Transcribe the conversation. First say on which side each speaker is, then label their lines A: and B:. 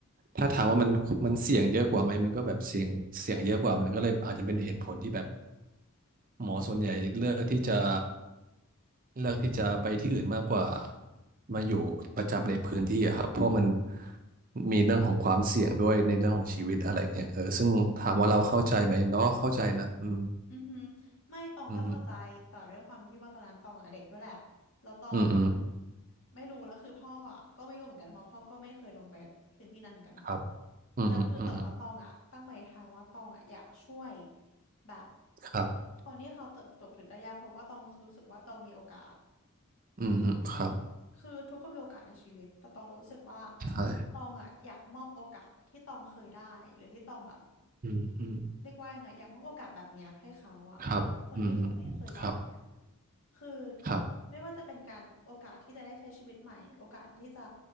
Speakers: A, on the right; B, on the left.
A: ถ้าถามว่ามันมันเสี่ยงเยอะกว่าไหมมันก็แบบเสี่ยงเสี่ยงเยอะกว่ามันก็เลยอาจจะเป็นเหตุผลที่แบบ หมอส่วนใหญ่เลือกที่จะเลือกที่จะไปที่อื่นมากกว่ามาอยู่ประจำในพื้นที่อะครับเพราะมันมีเรื่องของความเสี่ยงด้วยในเรื่องของชีวิตอะไรเงี้ยเออซึ่งถามว่าเราเข้าใจไหมเราก็เข้าใจนะอืม
B: อือหือไม่ตองก็เข้าใจแต่ด้วยความที่ว่าตอนนั้นตองอะเด็กด้วยแหละ
A: อืม
B: แล้วตองอะ
A: อืมอืม
B: ไม่รู้แล้วคือพ่ออะก็ไม่รู้เหมือนกันเพราะพ่อก็ไม่เคยลงไปพื้นที่นั้นเหมือนกันค่ะ
A: ครับอืมฮึอืม
B: แล้วคือแต่ว่าตองอะตั้งปณิธานว่าตองอะอยากช่วยแบบ
A: ครับ
B: คนที่เขาตกถึงได้ยากเพราะว่าตองรู้สึกว่าตองมีโอกาส
A: อืมครับ
B: คือทุกคนมีโอกาสในชีวิตแต่ตองรู้สึกว่า
A: ใช่
B: ตองอะอยากมอบโอกาสที่ตองเคยได้หรือที่ตองแบบ
A: อืมอืม
B: เรียกว่ายังไงอยากมอบโอกาสแบบเนี้ยให้เขาอะ
A: ครับอืม
B: คนที่เขาไม่เคยได้อะ
A: ครับ
B: คือ
A: ครับ
B: ไม่ว่าจะเป็นการโอกาสที่จะได้ใช้ชีวิตใหม่โอกาสที่จะ